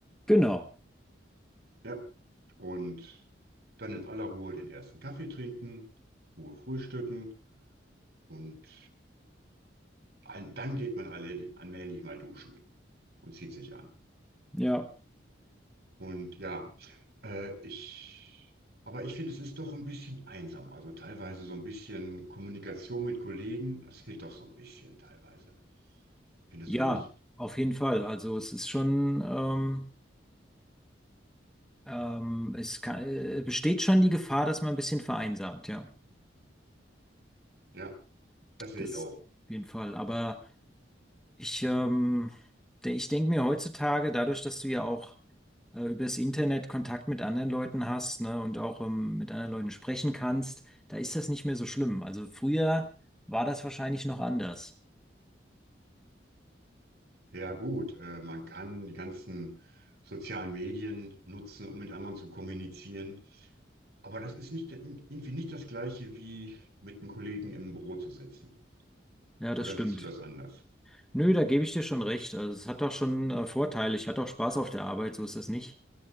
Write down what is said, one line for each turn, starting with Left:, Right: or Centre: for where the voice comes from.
Centre: Genau,
Right: Ja, und dann in aller Ruhe den ersten Kaffee trinken, Ruhe frühstücken und ein, dann geht man alle allmählich mal duschen und zieht sich an.
Centre: ja.
Right: Und ja, äh, ich, aber ich finde, es ist doch ein bisschen einsam. Also teilweise so ein bisschen Kommunikation mit Kollegen, das fehlt doch so ein bisschen teilweise. Findest
Centre: Ja,
Right: du nicht?
Centre: auf jeden Fall. Also es ist schon, ähm, ähm, es kann, äh, besteht schon die Gefahr, dass man ein bisschen vereinsamt, ja.
Right: Ja, das sehe
Centre: Das
Right: ich auch.
Centre: auf jeden Fall. Aber ich, ähm, de- ich denke mir heutzutage, dadurch, dass du ja auch äh, über das Internet Kontakt mit anderen Leuten hast, ne, und auch ähm, mit anderen Leuten sprechen kannst, da ist das nicht mehr so schlimm. Also früher war das wahrscheinlich noch anders.
Right: Ja, gut, äh, man kann die ganzen sozialen Medien nutzen, um mit anderen zu kommunizieren. Aber das ist nicht, irgendwie nicht das Gleiche, wie mit einem Kollegen im Büro zu sitzen.
Centre: Ja,
Right: Oder
Centre: das stimmt.
Right: siehst du das anders?
Centre: Nö, da gebe ich dir schon recht. Also es hat auch schon äh, Vorteile. Ich hatte auch Spaß auf der Arbeit, so ist das nicht.